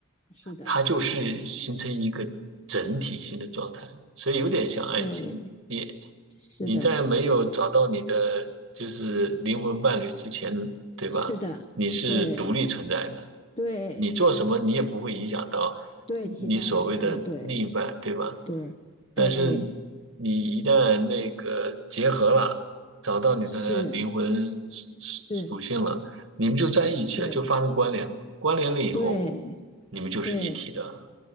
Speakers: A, on the left; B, on the right.
A: 是的，
B: 它就是形成一个整体性的状态，所以有点像爱情。
A: 对，
B: 你
A: 是的，
B: 你在没有找到你的就是灵魂伴侣之前，对吧？
A: 是的，
B: 你是独立存在的，
A: 对对
B: 你做什么你也不会影响到
A: 对，其他人对。
B: 你所谓的另一半，对吧？
A: 对对
B: 但是你一旦那个结合了，找到你的灵魂属属属性了，
A: 是是，
B: 你们就在一起了，
A: 对
B: 就发生关联了嘛。关联了以后，
A: 对
B: 你们就是一体的了。
A: 对